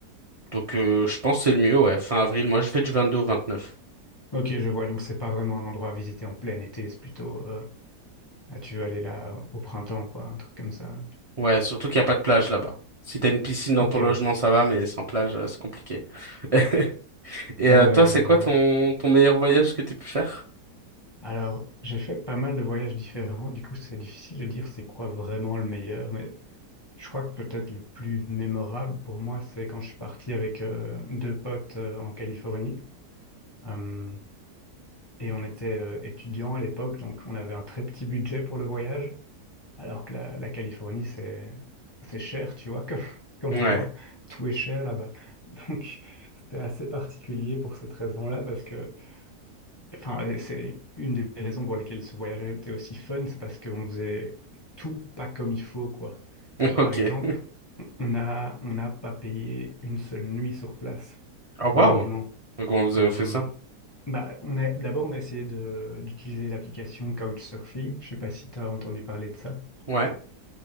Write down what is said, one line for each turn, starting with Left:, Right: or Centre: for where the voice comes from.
Right: Donc euh, je pense que c'est le mieux, ouais. Fin avril, moi je fais du 22 au 29.
Left: Ok, je vois. Donc c'est pas vraiment un endroit à visiter en plein été, c'est plutôt euh, ah, tu veux aller là euh, au printemps, quoi, un truc comme ça.
Right: Ouais, surtout qu'il n'y a pas de plage là-bas. Si t'as une piscine dans
Left: Ok,
Right: ton logement,
Left: ouais.
Right: ça va, mais sans plage, euh, c'est compliqué. <laughs> Et
Left: Ouais,
Right: euh,
Left: ouais,
Right: toi, c'est
Left: je
Right: quoi
Left: vois.
Right: ton, ton meilleur voyage que t'as pu faire?
Left: Alors, j'ai fait pas mal de voyages différents, du coup c'est difficile de dire c'est quoi vraiment le meilleur, mais je crois que peut-être le plus mémorable pour moi, c'est quand je suis parti avec euh, deux potes euh, en Californie. Euh, et on était euh, étudiants à l'époque, donc on avait un très petit budget pour le voyage, alors que la, la Californie, c'est, c'est cher, tu vois, <laughs> comme, comme
Right: Ouais,
Left: endroit. Tout est cher là-bas. Donc c'était assez particulier pour cette raison-là, parce que Enfin, et c'est une des raisons pour lesquelles ce voyage était aussi fun, c'est parce qu'on faisait tout pas comme il faut, quoi.
Right: <laughs>
Left: Euh,
Right: ok.
Left: Par exemple, on a, on n'a pas payé une seule nuit sur place
Right: Ah
Left: comme
Right: waouh!
Left: logement.
Right: Comment vous
Left: Euh,
Right: avez fait ça?
Left: bah, on a, d'abord, on a essayé de, d'utiliser l'application Couchsurfing. Je sais pas si tu as entendu parler de ça.
Right: Ouais,